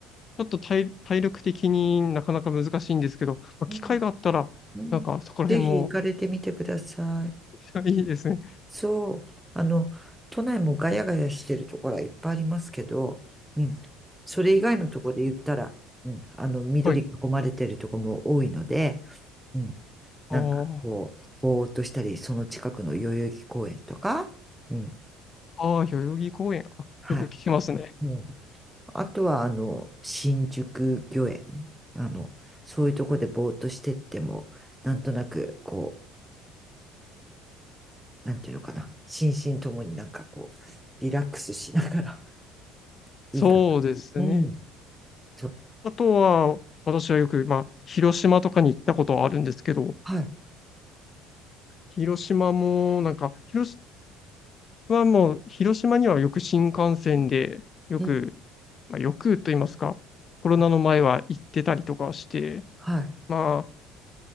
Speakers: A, on the left; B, in the centre.
A: ょっと体、体力的になかなか難しいんですけど、まあ、
B: うん
A: 機会があったら、
B: うんぜひ行かれてみてください。
A: なんかそこら辺も <laughs> いいですね。
B: そう。あの、都内もガヤガヤしてるところはいっぱいありますけど、うん。それ以外のところで言ったら、うん、あの、緑囲まれてるところも多いので、
A: はい。
B: うん。なんかこう、
A: あー
B: ぼーっとしたり、その近くの代々木公園とか、うん。
A: あー、代々木公園。あ、
B: はい。
A: よく聞きますね。
B: もうあとは、あの、新宿御苑。あの、そういうとこでぼーっとしてっても、なんとなく、こう、なんていうのかな。心身ともになんかこう、リラックスしながら、<laughs> いいかな。
A: そうですね。
B: うん。そう。
A: あとは、私はよく、まあ、広島とかに行ったことはあるんですけど、
B: はい。
A: 広島も、なんか、広島はもう、広島にはよく新幹線で、よく、
B: うん。
A: まあ、よくと言いますか、コロナの前は行ってたりとかして、
B: ははい。
A: まあ、